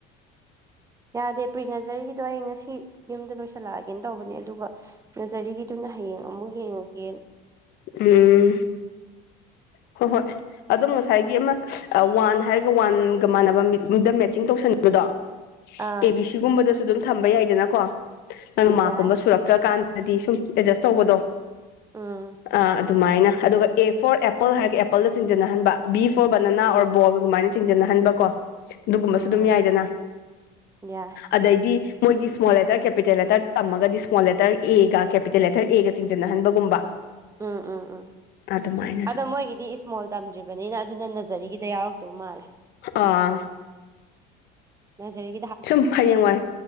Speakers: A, on the right; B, on the left.
A: ꯌꯥꯗꯦ ꯄ꯭ꯔꯤꯅꯖꯔꯤꯒꯤꯗꯣ ꯑꯩ ꯉꯁꯤ ꯌꯨꯝꯗ ꯂꯣꯏꯁꯤꯜꯂꯛꯑꯒꯦꯅ ꯇꯧꯕꯅꯦ ꯑꯗꯨꯒ ꯅꯖꯔꯤꯒꯤ ꯇꯨꯅ ꯍꯌꯦꯡ ꯑꯃꯨꯛ ꯌꯦꯡꯉꯒꯦ
B: ꯎꯝ ꯍꯣ ꯍꯣꯏ ꯑꯗꯨꯝ ꯉꯁꯥꯏꯒꯤ ꯑꯃ ꯋꯥꯟ ꯍꯥꯏꯔꯒ ꯋꯥꯟꯒ ꯃꯥꯟꯅꯕ ꯃꯤꯠ ꯃꯤꯗꯝ ꯃꯦꯠꯆꯤꯡ ꯇꯧꯁꯟꯅꯤꯡꯕꯗꯣ
A: ꯑꯥ
B: ꯑꯦ ꯕꯤ ꯁꯤꯒꯨꯝꯕꯗꯁꯨ ꯑꯗꯨꯝ ꯊꯝꯕ ꯌꯥꯏꯗꯅꯀꯣ ꯅꯪꯅ ꯃꯥꯛꯀꯨꯝꯕ
A: ꯌꯥꯏ
B: ꯁꯨꯔꯛ ꯅꯠꯇ꯭ꯔꯀꯥꯟꯗꯗꯤ ꯁꯨꯝ ꯑꯦꯠꯖꯁ ꯇꯧꯕꯗꯣ
A: ꯎꯝ
B: ꯑ ꯑꯗꯨꯃꯥꯏꯅ ꯑꯗꯨꯒ ꯑꯦ ꯐꯣꯔ ꯑꯦꯄꯜ ꯍꯥꯏꯔꯒ ꯑꯦꯄꯜꯗ ꯆꯤꯡꯖꯟꯅꯍꯟꯕ B for banana
A: um
B: or ball ꯑꯗꯨꯃꯥꯏꯅ ꯆꯤꯡꯖꯟꯅꯍꯟꯕ ꯀꯣ ꯑꯗꯨꯒꯨꯝꯕꯁꯨ
A: ꯎꯝ
B: ꯑꯗꯨꯝ ꯌꯥꯏꯗꯅ
A: ꯌꯥꯏ
B: ꯑꯗꯩꯗꯤ ꯃꯣꯏꯗꯤ ꯁ꯭ꯃꯣꯜ ꯂꯦꯇ꯭ꯔ ꯀꯦꯄꯤꯇꯦꯜ ꯂꯦꯇ꯭ꯔ ꯇꯝꯃꯒꯗꯤ ꯁ꯭ꯃꯣꯜ ꯂꯦꯇ꯭ꯔ ꯑꯦꯒ ꯀꯦꯄꯤꯇꯦꯜ ꯂꯦꯇ꯭ꯔ ꯑꯦꯒꯥ ꯆꯤꯡꯖꯟꯅꯍꯟꯕꯒꯨꯝꯕ
A: ꯎꯝ ꯎꯝ ꯎꯝ
B: ꯑꯗꯨꯃꯥꯏꯅꯁꯨ
A: ꯑꯗꯣ ꯃꯣꯏꯒꯤꯗꯤ ꯏꯁꯃꯣꯜ ꯇꯝꯗ꯭ꯔꯤꯕꯅꯤꯅ ꯑꯗꯨꯅ ꯅꯖꯥꯔꯤꯒꯤꯗꯥ ꯌꯥꯎꯔꯛꯇꯧ ꯃꯥꯜꯂꯦ
B: ꯑꯥ
A: ꯅꯖꯥꯔꯤ
B: ꯁꯨꯝ ꯍꯌꯦꯡꯋꯥꯏ